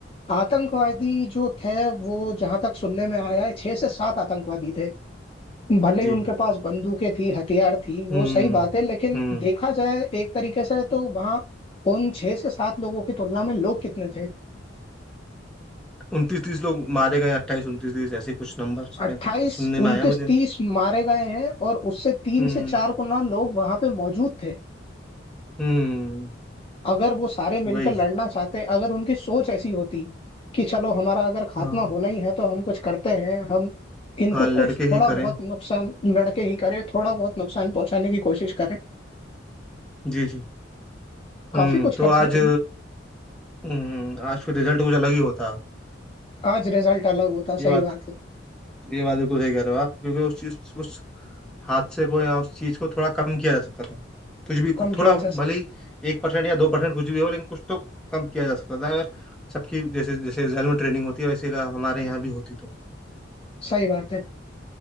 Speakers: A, on the left; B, in the centre.
A: आतंकवादी जो थे वो जहां तक सुनने में आया है छह से सात आतंकवादी थे भले ही
B: जी
A: उनके पास बंदूकें थी हथियार थी वो
B: हम्म
A: सही बात है लेकिन
B: हम्म
A: देखा जाए एक तरीके से तो वहां उन छह से सात लोगों की तुलना में लोग कितने थे
B: उनतीस तीस लोग मारे गए अट्ठाईस उनतीस तीस ऐसे कुछ नंबर
A: अट्ठाईस
B: मेरे को सुनने में
A: उनतीस
B: आया मुझे
A: तीस मारे गए हैं और उससे तीन
B: हम्म
A: से चार गुना लोग वहां पे मौजूद थे
B: हम्म
A: अगर वो सारे मिलकर
B: वही
A: लड़ना चाहते अगर उनकी सोच ऐसी होती कि चलो हमारा अगर खात्मा
B: हाँ
A: होना ही है तो हम कुछ करते हैं हम इनको
B: हाँ लड़के
A: कुछ थोड़ा
B: ही करें
A: बहुत नुकसान लड़के ही करें थोड़ा बहुत नुकसान पहुंचाने की कोशिश करें
B: जी जी
A: काफी
B: हम्म
A: कुछ
B: तो
A: कर
B: आज
A: सकते हैं
B: हम्म आज फिर रिजल्ट कुछ अलग ही होता
A: आज रिजल्ट अलग होता
B: ये
A: सही
B: बात
A: बात है
B: ये बात बिल्कुल सही कह रहे हो आप क्योंकि उस चीज उस हादसे को या उस चीज को थोड़ा कम किया जा सकता था कुछ भी कुछ-
A: कम किया
B: थोड़ा
A: जा सकता
B: भले ही एक परसेंट या दो परसेंट कुछ भी हो लेकिन कुछ तो कम किया जा सकता था अगर सबकी जैसे जैसे जेल में ट्रेनिंग होती है वैसे का हमारे यहाँ भी होती तो
A: सही बात है